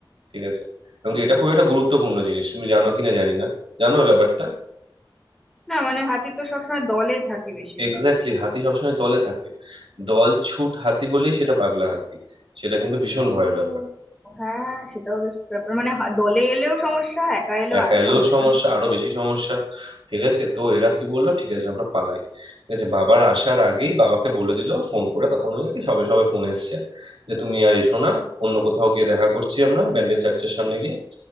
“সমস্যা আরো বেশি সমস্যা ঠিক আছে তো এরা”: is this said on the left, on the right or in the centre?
Right